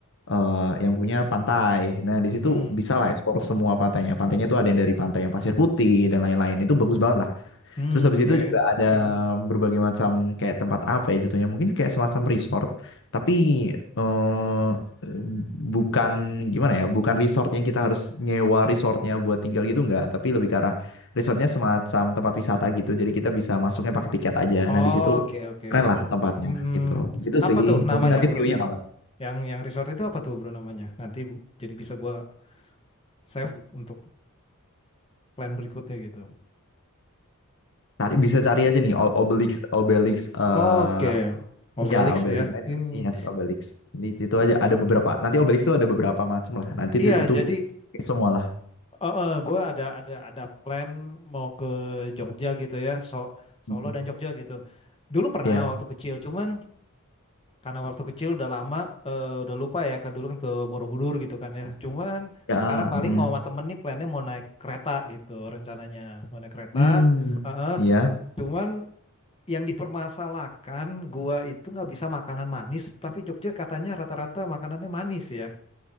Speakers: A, on the left; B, on the left.
A: eh, yang punya pantai. Nah di
B: hmm,
A: situ
B: hmm.
A: bisa lah explore semua pantainya. Pantainya tuh ada yang dari pantai yang pasir putih dan lain-lain. Itu bagus banget
B: hmm,
A: Terus habis
B: Oke.
A: itu juga ada berbagai macam kayak tempat apa ya jatuhnya. Mungkin kayak semacam resort. Tapi eh, bukan gimana ya, bukan resort yang kita harus nyewa resortnya buat tinggal gitu enggak. Tapi lebih ke arah resortnya semacam tempat wisata gitu. Jadi kita bisa masuknya pakai tiket aja.
B: Oke,
A: Nah di situ
B: oke.
A: keren lah tempatnya
B: Hmm,
A: gitu. Gitu
B: apa
A: sih.
B: tuh namanya,
A: Mungkin nanti
B: Bro?
A: view-nya
B: Yang
A: alam.
B: yang yang resort itu apa tuh, Bro, namanya? Nanti bu- jadi bisa gua save untuk plan berikutnya gitu.
A: Cari, bisa cari aja nih O- Obelix, Obelix eh,
B: Oke. Oh, Felix
A: Ya, Obelix.
B: ya.
A: Nah, itu-
B: Ini
A: Yes, Obelix. Di situ aja ada beberapa. Nanti Obelix tuh ada beberapa macam lah. Nanti
B: iya,
A: itu, itu
B: jadi
A: pakai semua lah.
B: eh, eh, gua ada ada ada plan mau ke Jogja gitu ya. So
A: Mhm.
B: Solo dan Jogja gitu. Dulu pernah
A: Ya,
B: waktu kecil, cuman Karena waktu kecil udah lama, eh, udah lupa ya, kan dulu kan ke Borobudur gitu kan ya. Cuman
A: ya,
B: sekarang paling
A: mm.
B: mau sama temen nih plannya mau naik kereta gitu rencananya. Mau naik kereta,
A: Hmm,
B: Heeh.
A: ya,
B: Cuman yang dipermasalahkan gua itu nggak bisa makanan manis, tapi Jogja katanya rata-rata makanannya manis ya.